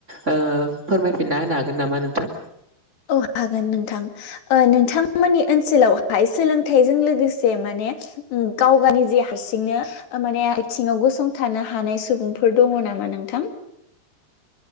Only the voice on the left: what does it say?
औ हागोन नोंथां नोंथांमोननि ओ ओनसोलावहाय सोलोंथाइजों लोगोसे माने गाव गावनि जि हारसिंनो माने आथिङाव गसंथानो हानाय सुबुंफोर दङ नामा नोंथां?